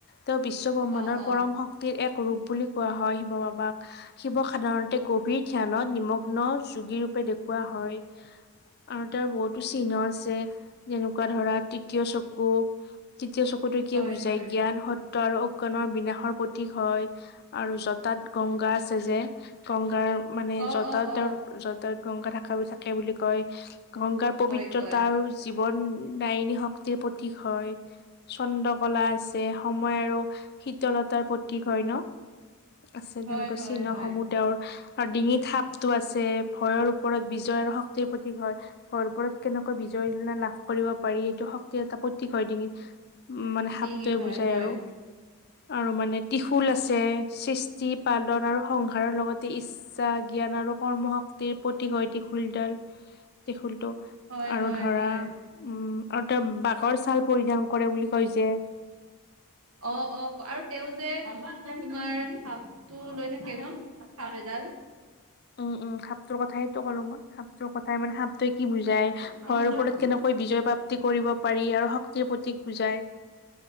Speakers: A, on the left; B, on the right.
A: তেওঁ বিশ্ব ব্ৰহ্মাণৰ
B: অ
A: পৰম
B: অ
A: শক্তিৰ এক ৰূপ বুলি কোৱা হয়। শিৱ বাবাক শিৱ সাধাৰণতে গভীৰ ধ্যানত নিমগ্ন যোগীৰ ৰূপে দেখুওৱা হয়। আৰু তাৰ বহুতো চিহ্ন আছে। যেনেকুৱা ধৰা তৃতীয় চকু তৃতীয় চকুতো কিয়
B: হয়
A: বুজাই
B: হয়
A: জ্ঞান সত ত আৰু অজ্ঞানৰ বিনাশৰ প্ৰতীক হয়। আৰু জটাত গংগা আছে যে। গংগাৰ মানে
B: অ
A: জটাত
B: অ অ
A: তেওঁ জটাত গংগা থকা থাকে বুলি কয়। গংগাৰ পবিত্ৰতা
B: কয় কয়
A: আৰু জীৱন দায়িনী শক্তিৰ প্ৰতীক হয়। চন্দ্ৰকলা আছে সময় আৰু শীতলতাৰ প্ৰতীক হয় ন? আছে
B: হয়
A: তেনেকৈ
B: হয়
A: চিহ্ন
B: হয়
A: সমূহ তেওঁৰ আৰু ডিঙিত সাপটো আছে। ভয়ৰ ওপৰত বিজয় আৰু শক্তিৰ প্ৰতীক হয়। ভৰ ওৰত কেনেকৈ বিজয় তলনা লাভ কৰিব পাৰি এইটো শক্তিৰ এটা প্ৰতীক হয় ডিঙিত উম মানে সাপটোৱে
B: ডিঙিত
A: বুজাই
B: হয় হয়
A: আৰু আৰু মানে টিশুল আছে। সৃষ্টি পালন আৰু সংসাৰৰ লগতে ইচ্ছা জ্ঞান আৰু কৰ্ম শক্তিৰ প্ৰতীক হয়। টিশুলডাল টিশুলটোহ
B: হয়
A: আৰু
B: হয়
A: ধৰা
B: হয়
A: উম আৰু তেওঁ বাঘৰ ছাল পৰিধান কৰে বুলি কৈ যে
B: অ, অ আৰু তেওঁ যে তোমাৰ সাপটো লৈ থাকে ন সাপ এডাল
A: উম উম সাপটোৰ কথাইতটো ক'লো মই সাপটোৰ কথাই মানে সাপটোৱে কি বুজাই।
B: হয়
A: হৰ ওপৰত কেনেকৈ বিজয় প্ৰাপ্তি কৰিব পাৰি আৰু শক্তিৰ প্ৰতীক বুজাই।